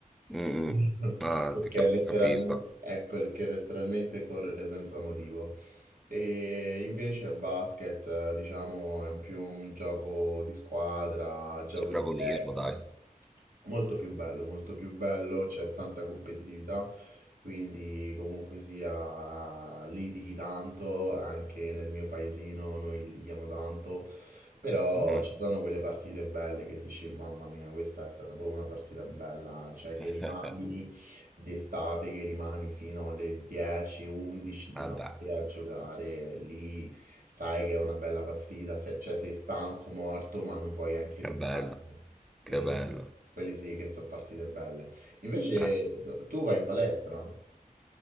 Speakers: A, in the centre; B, on the right.
A: mm, mm.
B: <laughs>
A: Ah,
B: Perché
A: ti cap-
B: letteralmente,
A: capisco.
B: è letteral- è perché letteralmente correre senza motivo. E invece il basket, eh, diciamo, è più un gioco di squadra, gioco
A: C'è più
B: di
A: agonismo,
B: tecnica,
A: dai.
B: molto più bello, molto più bello, c'è tanta competitività, quindi comunque sia litighi tanto, anche nel mio paesino noi litighiamo tanto, però
A: Mm.
B: ci sono quelle partite belle che dici, mamma mia, questa è stata proprio una partita bella, cioè che
A: <laughs>
B: rimani d'estate che rimani fino alle 10, 11 di
A: Ah,
B: notte
A: dai,
B: a giocare lì, sai che è una bella partita, se- cioè sei stanco, morto, ma non vuoi anche
A: che
B: andartene.
A: bello,
B: Quindi,
A: che bello.
B: quelle sì che sono partite belle. Invece
A: Eh,
B: tu vai in palestra?